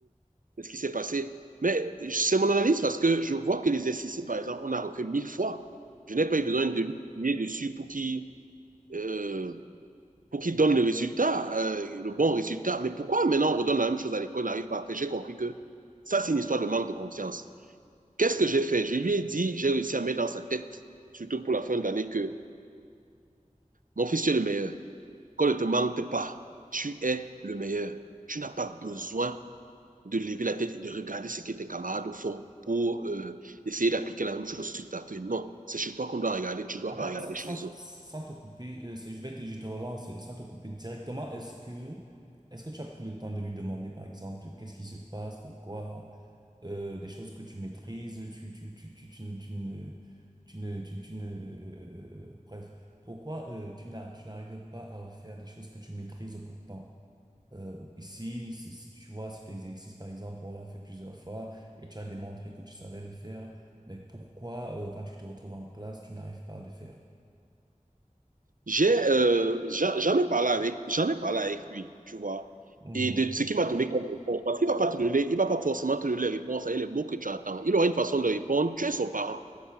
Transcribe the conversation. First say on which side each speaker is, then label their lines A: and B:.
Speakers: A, on the right (about 80°); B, on the right (about 30°).
A: de ce qui s'est passé. Mais c'est mon analyse parce que je vois que l'exercice, si par exemple, on a refait mille fois, je n'ai pas eu besoin de lui appuyer dessus pour qu'il euh, pour qu'il donne le résultat, euh, le bon résultat. Mais pourquoi maintenant on redonne la même chose à l'école, on n'arrive pas à faire J'ai compris que ça, c'est une histoire de manque de confiance. Qu'est-ce que j'ai fait Je lui ai dit, j'ai réussi à mettre dans sa tête, surtout pour la fin d'année, que mon fils, tu es le meilleur. Qu'on ne te manque pas, tu es le meilleur. Tu n'as pas besoin de lever la tête et de regarder ce que tes camarades font pour euh, essayer d'appliquer la même chose sur ta feuille. Non, c'est chez toi qu'on doit regarder, tu ne dois
B: Attends,
A: pas regarder
B: sans,
A: chez
B: sans,
A: les autres.
B: sans te couper, euh, c'est- je vais te, je te relance, euh, sans te couper directement, est-ce que, est-ce que tu as pris le temps de lui demander, par exemple, qu'est-ce qui se passe, pourquoi, euh, des choses que tu maîtrises, tu, tu, tu, tu, tu, ne, tu ne, tu ne, tu- tu ne, euh, bref, pourquoi, euh, tu n'as, tu n'arrives pas à faire des choses que tu maîtrises pourtant? Euh, ici, c'est- tu vois, cet exercice, par exemple, on l'a fait plusieurs fois et tu as démontré que tu savais le faire, mais pourquoi, euh, quand tu te retrouves en classe, tu n'arrives pas à le faire?
A: J'ai euh, j'en j'en ai parlé avec j'en ai parlé avec lui, tu vois.
B: Mhm,
A: Et de ce qu'il m'a donné comme réponse, parce qu'il va pas te donner, il va pas forcément te donner les réponses avec les mots que tu attends. Il aura une façon de répondre. Tu es son parent.